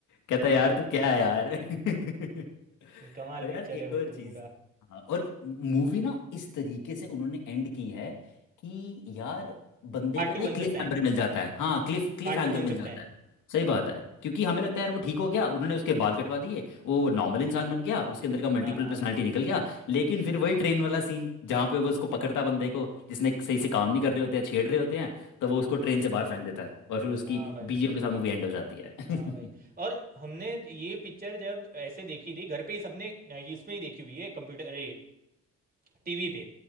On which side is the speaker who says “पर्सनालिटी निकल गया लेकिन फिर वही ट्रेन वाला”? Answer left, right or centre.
Left